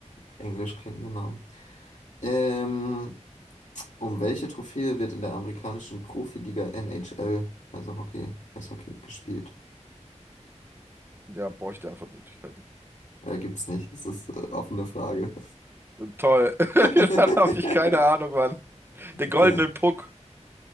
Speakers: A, on the left; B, on the right.
A: englisch klingende Namen. Ähm, um welche Trophäe wird in der amerikanischen Profiliga NHL, also Hockey, Eishockey, gespielt?
B: Ja, brauche ich die Antwortmöglichkeiten.
A: Äh, gibt's nicht. Das ist äh, offene Frage.
B: Toll. <laughs>
A: <laughs>
B: Dann habe ich keine Ahnung, Mann. Den
A: Okay.
B: goldenen Puck.